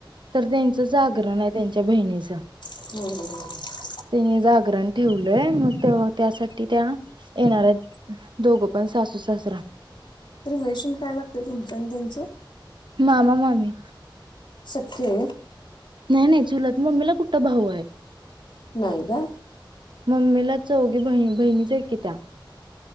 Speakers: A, on the right (about 65°); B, on the left (about 65°).
A: तर त्यांच जागरण आहे त्यांच्या बहिणीच.
B: हम्
A: त्यांनी जागरण ठेवलंय मग ते त्यासाठी त्या येणार दोघं पण सासू सासरा.
B: रेशन कायला. तुमचा आणि त्यांचं.
A: मामा मामी.
B: ओके.
A: नाही नाही चुलात मम्मीला कुठ भाऊ आहे.
B: नायका.
A: मम्मीला चौघी ब बहिणीच आहे की त्या.